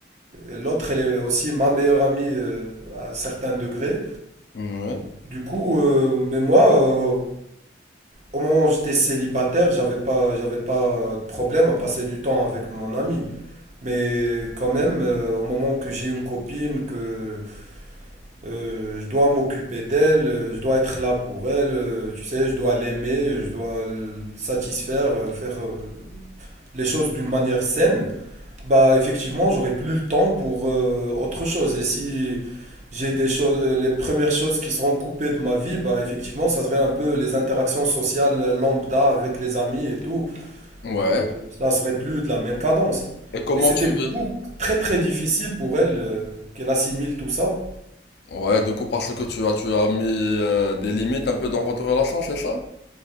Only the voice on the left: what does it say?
Ouais.
Ouais.
Et comment
tu vis?
Ouais, du coup, parce que tu as, tu as mis euh, des limites un peu dans votre relation, c'est ça?